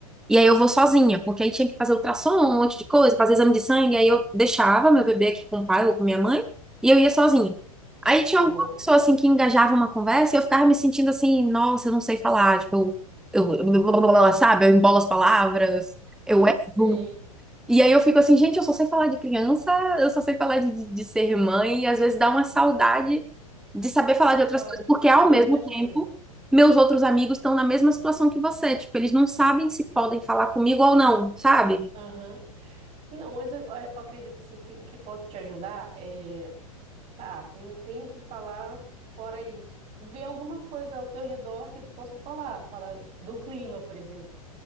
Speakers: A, in the centre; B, on the right.
A: E aí eu vou sozinha, porque aí tinha que fazer ultrassom, um monte de coisa, fazer exame de sangue, aí eu deixava meu bebê aqui com o pai ou com minha mãe, e eu ia sozinha. Aí tinha
B: Tá
A: alguma
B: bom.
A: pessoa assim que engajava uma conversa e eu ficava me sentindo assim, nossa, eu não sei falar, tipo, eu, eu, eu- sabe, eu embolo as palavras, eu
B: Eu
A: erro.
B: sei.
A: E aí eu fico assim, gente, eu só sei falar de criança, eu só sei falar de, de de ser mãe, e às vezes dá uma saudade de saber falar
B: de
A: de outras
B: falar
A: coisas,
B: de,
A: porque
B: de
A: ao mesmo
B: outras
A: tempo,
B: coisas.
A: meus outros amigos estão na mesma situação que você, tipo, eles não sabem se podem falar comigo ou não, sabe?
B: Aham. Não, mas eu, eu acredito assim que o que posso te ajudar é, tá, tu não tem o que falar fora isso. Vê alguma coisa ao teu redor que tu possa falar, fala do clima, por exemplo.